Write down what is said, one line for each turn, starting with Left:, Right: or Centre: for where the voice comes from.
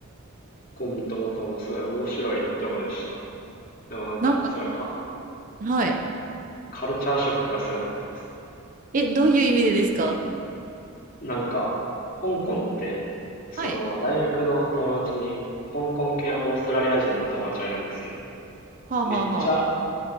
Left: 香港とマカオもすごい面白いとこでした。でもなんかすごいカ
Right: なんか、はい。
Left: カルチャーショックがすごかったで
Right: え、どういう意味でですか
Left: す。なんか、香港って、その大学の友達に香港系オーストラリア人の友達がいるんですけど、
Right: はい。はあ、
Left: めっちゃ
Right: はあはあ。